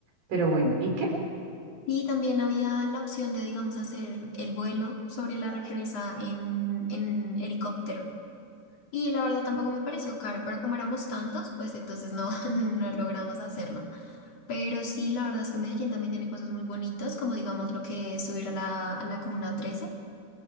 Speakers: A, on the right; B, on the left.
A: pero bueno, ¿y qué?
B: Y también había la opción de, digamos, hacer el vuelo sobre la represa en, en helicóptero. Y la verdad tampoco me pareció caro, pero como éramos tantos, pues entonces no, <laughs> no logramos hacerlo. Pero sí, la verdad es que Medellín también tiene cosas muy bonitas, como digamos lo que es subir a la, a la Comuna trece